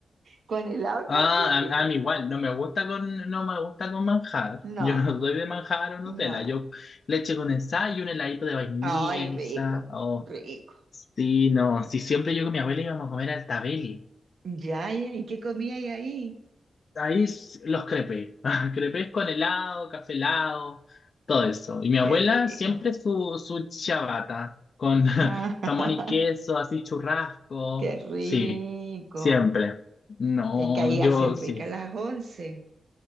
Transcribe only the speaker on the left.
Ah,
a, a mí igual. No me gusta con, no me gusta con manjar.
Yo no soy de manjar o Nutella.
Yo leche condensada y un heladito de vainilla,
quizá.
Oh,
Sí, no, sí, siempre yo con mi abuela íbamos a comer al Tabeli.
Ahí s- los crepes, <laughs> crepes con helado, café helado, todo eso. Y mi
abuela
siempre su, su ciabatta con <laughs>
jamón y queso, así churrasco.
Sí, siempre. No,
yo
sí.